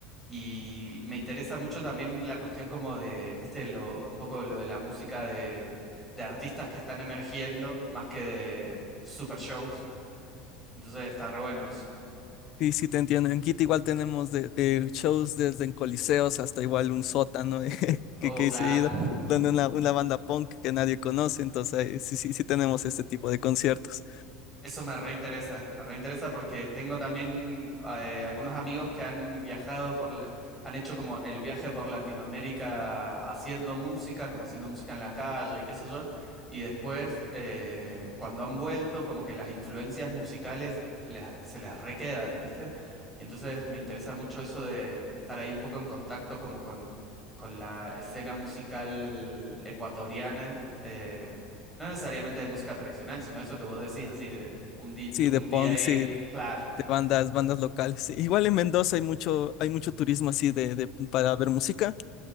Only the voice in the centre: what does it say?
Y me interesa mucho también la cuestión como de, viste, lo, un poco lo de la música de, de artistas que están emergiendo, más que de super shows. Entonces está re bueno eso.
Oh,
claro.
Eso me reinteresa, me reinteresa porque tengo también eh, algunos amigos que han viajado por, la- han hecho como el viaje por Latinoamérica haciendo música, como haciendo música en la calle y qué sé yo, y después eh, cuando han vuelto como que las influencias musicales les- se les requedan, ¿viste? Y entonces me interesa mucho eso de estar ahí un poco en contacto como con, con la escena musical ecuatoriana. eh, no necesariamente de música tradicional, sino eso que vos decís, así, un, di-
un
día ir,
claro.